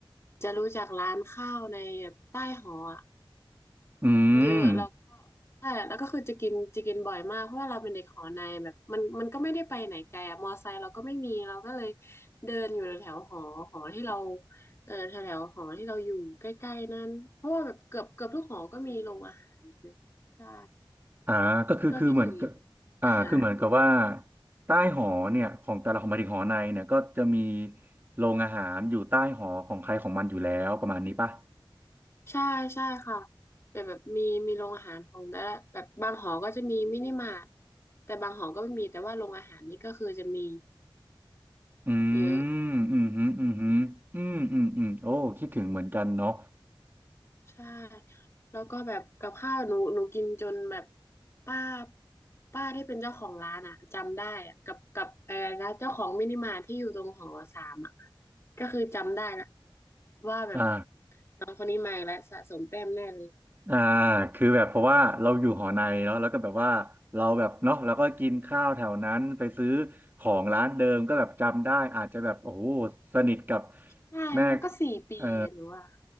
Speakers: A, on the left; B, on the right.
A: จะรู้จักร้านข้าวในแบบใต้หออ่ะ
B: อื
A: เยอะแล้วก็
B: ม
A: ใช่แล้วก็คือจะกินจะกินบ่อยมากเพราะว่าเราเป็นเด็กหอในแบบมันมันก็ไม่ได้ไปไหนไกลอะมอไซค์เราก็ไม่มีเราก็เลยเดินอยู่แถวหอหอที่เราเออแถวหอที่เราอยู่ใกล้ๆนั้นเพราะว่าแบบเกือบเกือบทุกหอก็มีโรงอาหารเนี่ยใช่
B: อ่าก็คือคือเหมือนกับ
A: ก็คิดถึง
B: อ่าคือเหมือนกับว่า
A: อาหาร
B: ใต้หอเนี่ยของแต่ละของหมายถึงหอในเนี่ยก็จะมีโรงอาหารอยู่ใต้หอของใครของมันอยู่แล้วประมาณนี้ป่ะ
A: ใช่ใช่ค่ะแบบแบบมีมีโรงอาหารของแต่ละแบบบางหอก็จะมีมินิมาร์ทแต่บางหอก็ไม่มีแต่ว่าโรงอาหารนี่ก็คือจะมี
B: อื
A: เยอะ
B: มอืมฮึอืมฮึอืมอืมอืมโอ้คิดถึงเหมือนกันเนาะ
A: ใช่แล้วก็แบบกับข้าวหนูหนูกินจนแบบป้าป้าที่เป็นเจ้าของร้านอ่ะจำได้อ่ะกับกับเออร้านเจ้าของมินิมาร์ทที่อยู่ตรงหอสามอ่ะก็คือจำได้ละว่าแบบ
B: อ่า
A: น้องคนนี้มาอีกแล้วสะสมแต้มแน่เลย
B: อ่าคือแบบเพราะว่าเราอยู่หอในเนาะแล้วก็แบบว่าเราแบบเนาะแล้วก็กินข้าวแถวนั้นไปซื้อของร้านเดิมก็แบบจำได้ อาจจะแบบโอ้โหสนิทกับ
A: ใช่มันก็สี่ปีอ่ะหนูว่า
B: แม่เออ